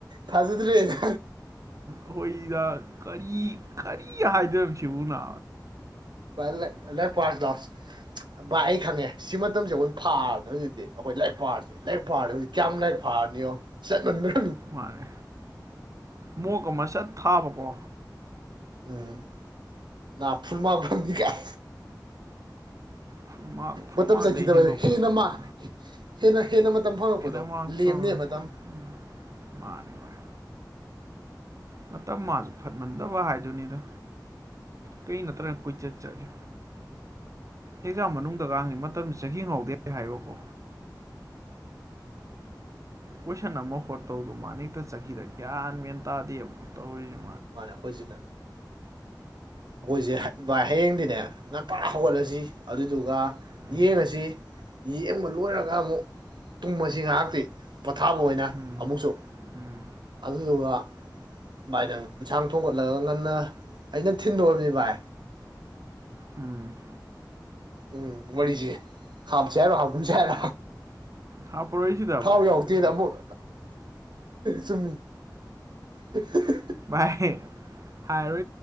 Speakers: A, on the right (about 90°); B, on the right (about 45°).
A: ꯊꯥꯖꯗ꯭ꯔꯦꯅ
B: ꯑꯈꯣꯏ ꯏꯅ ꯀꯔꯤ ꯀꯔꯤ ꯍꯥꯏꯗꯣꯏꯝ ꯁꯤꯕꯨꯅ
A: ꯚꯥꯏ ꯂ ꯂꯥꯏꯛ ꯄꯔꯁꯤ ꯂꯥꯎꯁꯦ ꯚ ꯑꯩ ꯈꯪꯉꯦ ꯁꯤꯃꯠ ꯃꯇꯝꯁꯦ ꯑꯈꯣꯏꯟ ꯐꯥꯕꯅꯦ ꯍꯣꯖꯤꯛꯇꯤ ꯑꯈꯣꯏ ꯂꯥꯏꯛ ꯄꯥꯔꯁꯦ ꯂꯥꯏꯔꯤꯛ ꯄꯥꯔꯗꯤ ꯍꯧꯖꯤꯛ ꯀꯌꯥꯝ ꯂꯥꯏꯔꯤꯛ ꯐꯥꯔꯅꯤꯅꯣ ꯆꯠꯃꯟꯕꯔ
B: ꯃꯥꯅꯦ ꯃꯣꯛ ꯑꯃ ꯁꯠ ꯊꯥꯕꯀꯣ
A: ꯎꯝ ꯅ ꯐꯨꯜꯃꯥꯛ ꯐꯪꯅꯤ ꯒꯥꯏ
B: ꯐꯨꯃꯥꯛ ꯐꯨꯜꯃꯥꯛꯇꯩ
A: ꯃꯇꯝ ꯆꯠꯈꯤꯗꯕ
B: ꯍꯦꯟꯗꯣꯛꯇꯅ
A: ꯍꯦꯟꯅ ꯃꯥ
B: ꯅ
A: ꯍꯦꯟꯅ ꯍꯦꯟꯅ ꯃꯇꯝ ꯐꯪꯉꯛꯄꯗꯣ
B: ꯀꯦꯅ ꯃꯥꯥꯁ
A: ꯂꯦꯝꯅꯦ
B: ꯊꯧꯔꯅꯤ
A: ꯃꯇꯝ
B: ꯑꯝ ꯃꯥꯅꯤꯚꯥꯏ ꯃꯇꯝ ꯃꯥꯖꯨ ꯐꯠꯃꯟꯗꯕ ꯍꯥꯏꯗꯨꯅꯤꯗ ꯀꯩ ꯅꯠꯇ꯭ꯔꯅ ꯀꯣꯏꯆꯠ ꯆꯠꯂꯤ ꯑꯦꯛꯖꯥꯝ ꯃꯅꯨꯡꯗꯒꯥꯡꯗꯤ ꯃꯇꯝ ꯆꯠꯈꯤ ꯈꯪꯍꯧꯗꯦ ꯍꯦꯛ ꯍꯥꯏꯔꯣꯕꯣ ꯀꯣꯏꯁꯟ ꯑꯃ ꯍꯣꯠ ꯇꯧꯗꯨ ꯃꯥꯅ ꯍꯦꯛꯇ ꯆꯈꯤꯗ ꯒ꯭ꯌꯥꯟ ꯃꯦꯟ ꯇꯥꯗꯦꯕ ꯇꯧꯔꯤꯌꯨ
A: ꯃꯥꯅꯦ ꯑꯩꯈꯣꯏꯁꯤꯅ ꯑꯈꯣꯏꯁꯦ ꯚꯥꯏ ꯍꯌꯦꯡꯗꯤꯅꯦ ꯉꯟꯇꯥ ꯍꯧꯒꯠꯂꯁꯤ ꯑꯗꯨꯏꯗꯨꯒ
B: ꯎꯝ
A: ꯌꯦꯡꯉꯁꯤ ꯌꯦꯡꯕ ꯂꯣꯏꯔꯒ ꯑꯃꯨꯛ ꯇꯨꯝꯃꯁꯤ ꯉꯍꯥꯛꯇꯤ ꯄꯣꯊꯥꯕ ꯑꯣꯏꯅ
B: ꯎꯝ
A: ꯑꯃꯨꯛꯁꯨ
B: ꯎꯝ
A: ꯑꯗꯨꯗꯨꯒ ꯚꯥꯏ ꯅꯪ ꯏꯟꯁꯥꯡ ꯊꯣꯡꯒꯠꯂꯒ ꯉꯟꯅ ꯑꯩꯅ ꯊꯤꯟꯗꯣꯑꯣꯝꯅꯤ ꯚꯥꯏ
B: ꯎꯝ
A: ꯎꯝ ꯋꯥꯔꯤꯖꯦ ꯍꯥꯞꯁꯦ ꯍꯥꯏꯔꯣ ꯍꯥꯀꯨꯝꯁꯦ ꯍꯥꯏꯔꯥ
B: ꯍꯥꯞꯄꯔꯣꯏꯁꯤꯗ
A: ꯊꯥꯎ
B: ꯚꯥꯏ
A: ꯌꯥꯎꯇꯦꯅ
B: ꯑꯗꯨꯏ ꯄꯣꯠꯇꯣ
A: ꯑꯃꯨꯛ ꯆꯨꯝꯃꯤ ꯍꯦ ꯍꯦꯍꯦ
B: ꯚꯥꯏ ꯍꯥꯏꯔꯨ